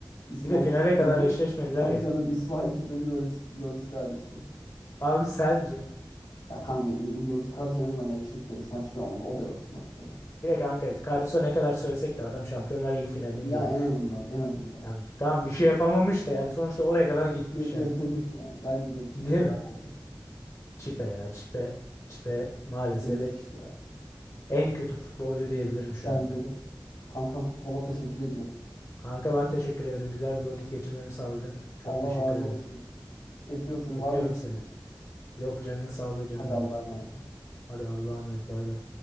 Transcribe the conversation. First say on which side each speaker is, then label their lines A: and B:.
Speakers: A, on the left; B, on the left.
A: İsmail
B: Bir de finale
A: Çiğdem
B: kadar
A: mi?
B: eşleşmediler
A: Tabii
B: ya.
A: canım İsmail Çiğdem mi Loris, Loris Karius mu?
B: Abi sence?
A: Ya kanka i- i- Loris Karius en azından yakışıklı. İsmail Çiğdem olma. O da yok İsmail Çiğdem'de.
B: Bir de kanka Karius'a ne kadar sövsek de adam Şampiyonlar Ligi finalini
A: Ya
B: görmüş.
A: en azından en azından.
B: Ya tamam bir şey yapamamış da yani sonuçta oraya kadar gitmiş
A: Ge- getirmiş
B: yani.
A: yani. Bence de Çiğdem
B: Değil mi?
A: daha kötü.
B: Çipe ya Çipe. Çipe maalesef
A: Leş ya.
B: en kötü futbolcu diyebilirim şu
A: Bence
B: anda.
A: de. Kankam valla teşekkür ediyorum.
B: Kanka ben teşekkür ederim. Güzel bir vakit geçirmemi sağladın. Çok
A: Allah
B: teşekkür
A: razı
B: ederim.
A: olsun. Öpüyorum seni.
B: Öpüyorum
A: Var mı bir isteğin?
B: seni. Yok canının sağlığı canım
A: Hadi
B: benim.
A: Allah'a emanet ol.
B: Hadi Allah'a emanet. Bay bay.